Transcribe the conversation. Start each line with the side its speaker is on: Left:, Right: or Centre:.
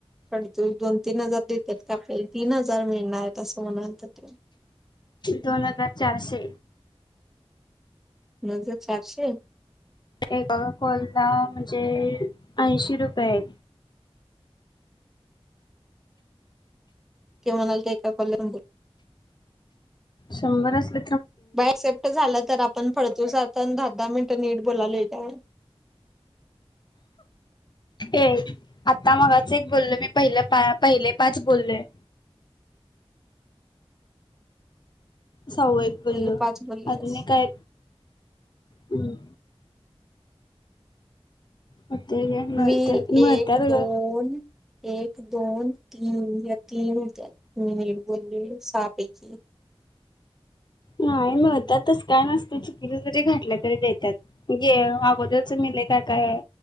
Centre: पण तू दोन तीन हजार देत्यात काय, आपल्याला तीन हजार मिळणार आहेत असं म्हणाल तर ते.
Left: दोन हजार चारशे.
Centre: दोन हजार चारशे!
Left: एका कॉल ला म्हणजे ऐंशी रुपये आहे.
Centre: कि म्हणाला ते एका कॉलला
Left: शंभर असल
Centre: बाय एक्सेप्ट झालं तर पण फडतूस आता दहा दहा मिनिटं नीट बोलालोय ता
Left: ए आता मगाच एक बोललो मी पहिलं पा पहिले पाच बोललोय. साव्व एक बोललो
Centre: पहिले पाच बोललेस
Left: अजून एक हाय. हम्म. म ते ग मिळतात
Centre: मी
Left: मिळतात
Centre: एक दोन
Left: ग.
Centre: एक, दोन, तीन या तीन मिनिट बोललेलो. सहापैकी.
Left: नाही म्हणतात. तस काय नसतय. चूकीच जरी घातल तरी देतात. जे अगोदरच मि लई काय काय